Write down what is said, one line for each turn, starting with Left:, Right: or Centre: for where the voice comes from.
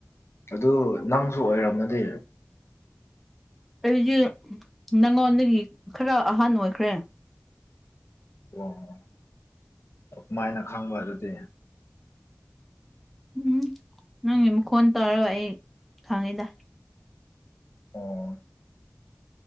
Left: ꯑꯗꯨ ꯅꯪꯁꯨ ꯑꯣꯏꯔꯝꯔꯗꯤ
Centre: ꯑꯩꯗꯤ ꯅꯪꯉꯣꯟꯗꯒꯤ ꯈꯔ ꯑꯍꯟ ꯑꯣꯏꯈ꯭ꯔꯦ
Left: ꯋꯥ ꯀꯃꯥꯏꯅ ꯈꯪꯕ ꯑꯗꯨꯗꯤ
Centre: ꯎꯝ ꯅꯪꯒꯤ ꯃꯈꯣꯟ ꯇꯥꯔꯒ ꯑꯩ ꯈꯪꯉꯤꯗ
Left: ꯑꯣ